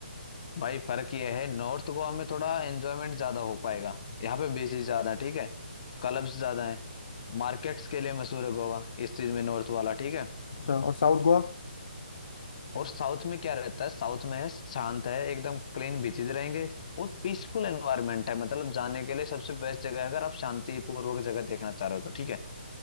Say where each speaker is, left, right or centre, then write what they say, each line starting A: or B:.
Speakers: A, on the left; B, on the left.
A: भाई फर्क ये है नॉर्थ गोवा में थोड़ा एंजॉयमेंट ज्यादा हो पाएगा यहाँ पे बीचेस ज्यादा है ठीक है क्लब्स ज्यादा है मार्केट्स के लिए मशहूर है गोवा इस चीज में नॉर्थ वाला ठीक है
B: अच्छा और साउथ गोवा
A: और साउथ में क्या रहता है साउथ में है शांत है एकदम क्लीन बीचेज रहेंगे और पीसफुल एनवायरनमेंट है मतलब जाने के लिए सबसे बेस्ट जगह है अगर आप शांतिपूर्वक जगह देखना चाह रहे हो तो ठीक है